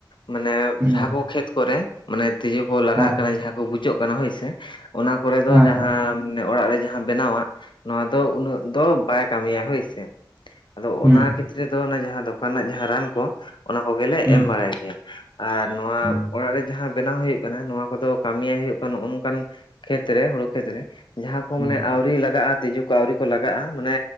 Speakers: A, on the left; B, on the right.
A: ᱢᱟᱱᱮ
B: ᱦᱮᱸ
A: ᱡᱟᱦᱟᱸ ᱠᱚ ᱠᱷᱮᱛ ᱠᱚᱨᱮ ᱢᱟᱱᱮ ᱛᱤᱡᱩ ᱠᱚ ᱞᱟᱜᱟᱜ
B: ᱦᱮᱸ ᱦᱮᱸ
A: ᱠᱟᱱᱟ ᱡᱟᱦᱟᱸ ᱠᱚ ᱵᱩᱪᱟᱹᱜ ᱠᱟᱱᱟ ᱦᱳᱭᱥᱮ। ᱚᱱᱟ ᱠᱚᱨᱮ ᱫᱚ
B: ᱦᱮᱸ
A: ᱡᱟᱦᱟᱸ ᱢᱟᱱᱮ ᱚᱲᱟᱜ ᱨᱮ ᱡᱟᱦᱟᱸ ᱵᱮᱱᱟᱣᱟᱜ ᱱᱚᱣᱟ ᱫᱚ ᱩᱱᱟᱹᱜ ᱫᱚ ᱵᱟᱭ ᱠᱟᱹᱢᱤᱭᱟ ᱦᱳᱭ ᱥᱮ ᱟᱫᱚ
B: ᱦᱩᱸ
A: ᱚᱱᱟ ᱠᱷᱮᱛᱨᱮ ᱫᱚ ᱚᱱᱟ ᱡᱟᱦᱟᱸ ᱫᱚᱠᱟᱱ ᱱᱟᱜ ᱡᱟᱦᱟᱸ ᱨᱟᱱ ᱠᱚ ᱚᱱᱟ ᱠᱚᱜᱮᱞᱮ
B: ᱦᱩᱸ
A: ᱮᱢ ᱵᱟᱲᱟᱭ ᱜᱮᱭᱟ ᱟᱨ ᱱᱚᱣᱟ
B: ᱦᱩᱸ
A: ᱚᱲᱟᱜ ᱨᱮ ᱡᱟᱦᱟᱸ ᱵᱮᱱᱟᱣ ᱦᱩᱭᱩᱜ ᱠᱟᱱᱟ ᱱᱚᱣᱟ ᱠᱚᱫᱚ ᱠᱟᱹᱢᱤᱭ ᱦᱩᱭᱩᱜ ᱠᱟᱱᱟ ᱱᱚᱜ ᱱᱚᱝᱠᱟᱱ ᱠᱷᱮᱛᱨᱮ ᱦᱩᱲᱩ ᱠᱷᱮᱛᱨᱮ ᱡᱟᱦᱟᱸ ᱠᱚ
B: ᱦᱩᱸ
A: ᱢᱟᱱᱮ ᱟᱣᱨᱤ ᱞᱟᱜᱟᱜᱼᱟ ᱛᱤᱡᱩ ᱠᱚ ᱟᱣᱨᱤ ᱠᱚ ᱞᱟᱜᱟᱜᱼᱟ ᱢᱟᱱᱮ